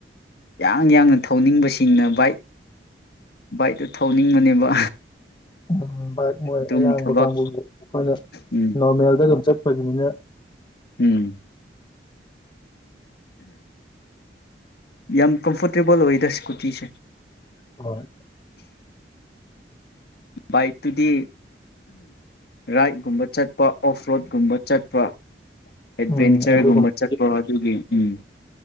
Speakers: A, on the left; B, on the left.
A: ꯌꯥꯡ ꯌꯥꯡꯅ ꯊꯧꯅꯤꯡꯕꯁꯤꯡꯅ ꯕꯥꯏꯛ ꯕꯥꯏꯛꯇꯨ ꯊꯧꯅꯤꯡꯕꯅꯦꯕ
B: ꯎꯝ ꯚꯥꯏꯛ ꯃꯣꯏ
A: ꯑꯗꯨꯝ
B: ꯑꯌꯥꯡꯕ
A: ꯊꯕꯛ
B: ꯀꯥꯡꯕꯨꯒꯤ ꯑꯩꯈꯣꯏꯅ
A: ꯎꯝ
B: ꯅꯣꯔꯃꯦꯜꯗ ꯑꯗꯨꯝ ꯆꯠ ꯑꯩꯈꯣꯏꯒꯤꯅꯤꯅ
A: ꯎꯝ ꯌꯥꯝ ꯀꯝꯐꯣꯔꯇꯦꯕꯜ ꯑꯣꯏꯔ ꯁ꯭ꯀꯨꯇꯤꯁꯦ
B: ꯍꯣꯏ
A: ꯕꯥꯏꯛꯇꯨꯗꯤ ꯔꯥꯏꯠꯀꯨꯝꯕ ꯆꯠꯄ ꯑꯣꯐ ꯔꯣꯠꯀꯨꯝꯕ ꯆꯠꯄ ꯑꯦꯠꯚꯦꯟꯆꯔꯒꯨꯝꯕ
B: ꯎꯝ ꯑꯗꯨꯒꯨꯝꯕꯒꯤ
A: ꯆꯠꯄꯣ ꯑꯗꯨꯒꯤ ꯎꯝ